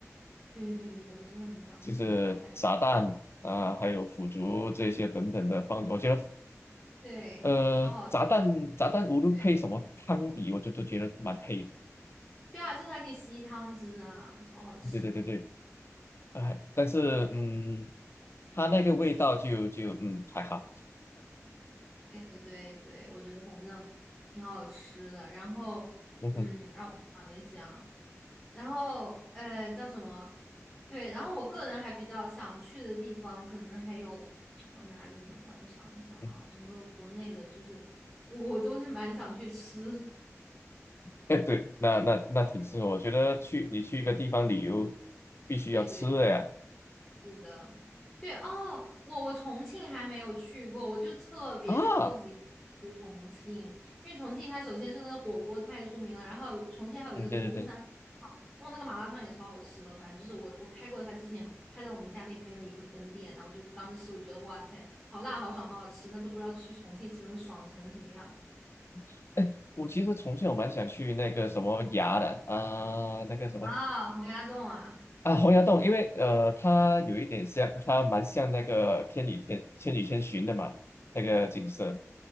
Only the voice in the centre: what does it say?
对对对，我真的很想吃，
然后还
对，
超好，
对
对啊，就是它可以吸汤汁啊，超好吃。
对
对对对，我觉得反正挺好吃的。然后嗯，
让我想一想。然后呃叫什么？对，然后我个人还比较想去的地方，可能还有呃哪里呢？让我想一想啊，
整个国内的，就是我我都是蛮想去吃，
<laughs> 对对，是的，对哦，我我重庆还没有去过，我就特别超级去重庆，
因为重庆它首先是那个火锅太出名了，然后重庆还有一个什么巫山麻辣烫，
哦，那个麻辣烫也超好吃的，反正就是我我开过他之前开在我们家那边的一个分店，然后我就当时吃，我觉得哇塞，好辣好爽好好吃，那都不知道去重庆吃能爽成什么样
啊！洪崖洞啊，